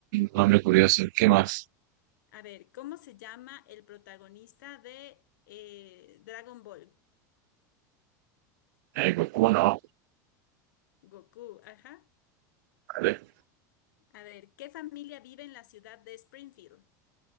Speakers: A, on the right; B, on the left.
A: nombre curioso. ¿Qué más?
B: A ver, ¿cómo se llama el protagonista de eh, Dragon Ball?
A: Eh, Goku, no,
B: Goku, ajá.
A: vale.
B: A ver, ¿qué familia vive en la ciudad de Springfield?